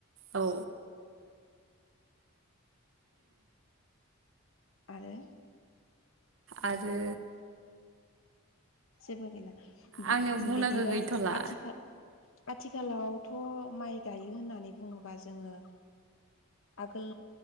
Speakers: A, on the right; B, on the left.
A: औ
B: आरो
A: आरो
B: जेबो गैला
A: आंनियाव बुंनांगौ
B: बिदिबा
A: गैथ'ला
B: आथिखा आथिखालावथ माइ गायो होननानै बुङोबा जोङो आगोल